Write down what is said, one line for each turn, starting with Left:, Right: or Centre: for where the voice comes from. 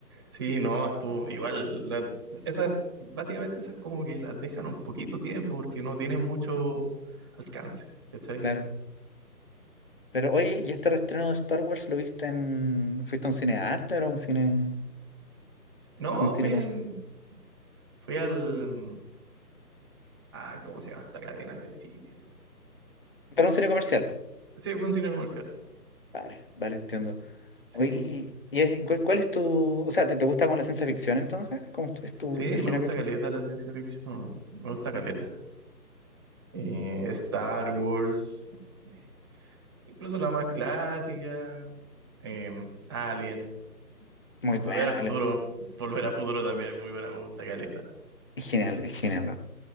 Right: Sí, no, estuvo igual. la- esas, básicamente esas como que las dejan un poquito tiempo porque no tienen mucho alcance. ¿Cachai?
Left: Claro. Claro, oye, ¿y este reestreno de Star Wars lo viste en... ¿Fuiste a un cine de arte o era un cine,
Right: No,
Left: un cine
Right: fui
Left: comercial?
Right: en, fui al, ah, ¿cómo se llama esta cadena de cine?
Left: Era un cine comercial.
Right: Sí, fue un cine comercial.
Left: Vale, vale, entiendo.
Right: Sí,
Left: Oye, y, y- y es- ¿cuál, cuál es tu... O sea, ¿te, te gusta como la ciencia ficción entonces? ¿Cómo es tu, es tu-
Right: sí,
Left: el
Right: me
Left: género
Right: gusta
Left: que
Right: caleta
Left: tú...
Right: la ciencia ficción. Me gusta caleta. eh, Star Wars, eh, incluso la más clásica, eh, Alien,
Left: Muy
Right: eh, Volver
Left: buena,
Right: a Futuro,
Left: vale.
Right: <laughs> Volver a Futuro también es muy buena, me gusta Caleta.
Left: Es genial, es genial. ¿no?